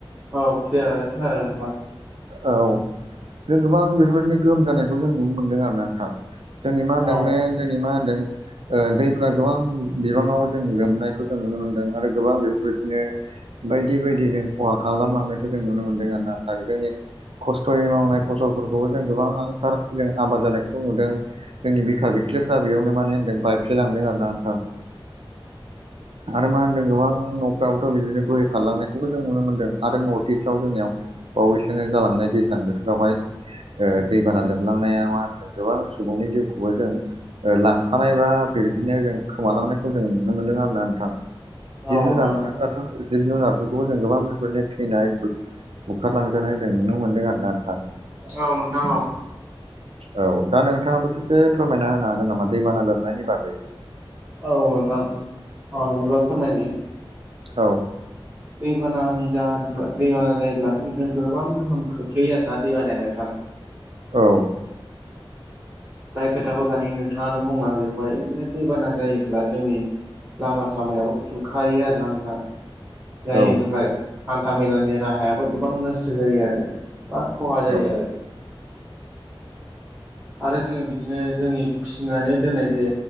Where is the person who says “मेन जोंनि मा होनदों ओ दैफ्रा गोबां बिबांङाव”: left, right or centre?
Right